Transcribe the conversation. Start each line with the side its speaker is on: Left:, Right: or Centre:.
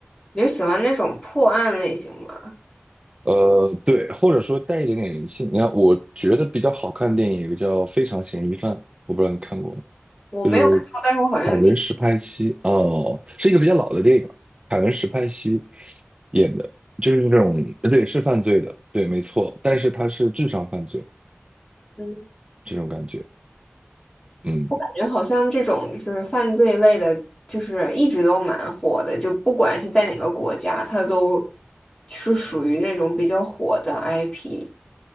Left: 你是喜欢那种破案类型吗？
Right: 呃，对，或者说带一点点人性。你看，我觉得比较好看的电影有个叫《非常嫌疑犯》，我不知道你看过吗？
Left: 我没有看过，
Right: 就是
Left: 但是我好像有听，
Right: 凯文·史派西，哦，是一个比较老的电影，凯文·史派西演的，就是这种，对，是犯罪的，对，没错，但是他是智商犯罪
Left: 嗯，
Right: 这种感觉，嗯
Left: 感觉好像这种就是犯罪类的，就是一直都蛮火的，就不管是在哪个国家，它都是属于那种比较火的 IP。